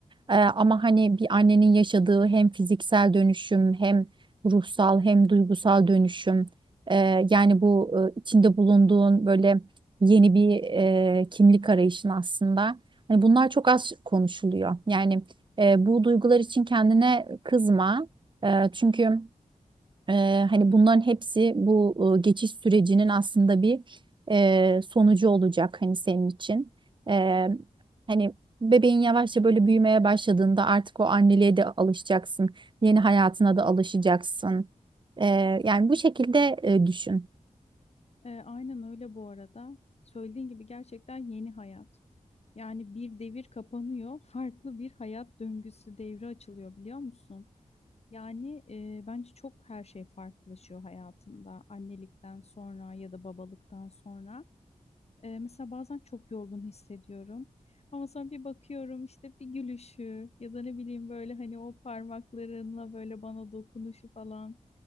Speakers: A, on the right (about 35°); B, on the left (about 55°).
A: E, ama hani bir annenin yaşadığı hem fiziksel dönüşüm hem ruhsal hem duygusal dönüşüm e, yani bu e, içinde bulunduğun böyle yeni bir e, kimlik arayışın aslında. Hani bunlar çok az konuşuluyor. Yani e, bu duygular için kendine kızma. E, çünkü Eee, hani bunların hepsi bu e, geçiş sürecinin aslında bir e, sonucu olacak hani senin için. Eee, hani bebeğin yavaşça böyle büyümeye başladığında artık o anneliğe de alışacaksın. Yeni hayatına da alışacaksın. Eee, yani bu şekilde e, düşün.
B: E, aynen öyle bu arada söylediğin gibi gerçekten yeni hayat. Yani bir devir kapanıyor, farklı bir hayat döngüsü devre açılıyor biliyor musun? Yani e, bence çok her şey farklılaşıyor hayatında annelikten sonra ya da babalıktan sonra. Ee, mesela bazen çok yorgun hissediyorum. Ama sonra bir bakıyorum işte bir gülüşü ya da ne bileyim böyle hani o parmaklarınla böyle bana dokunuşu falan.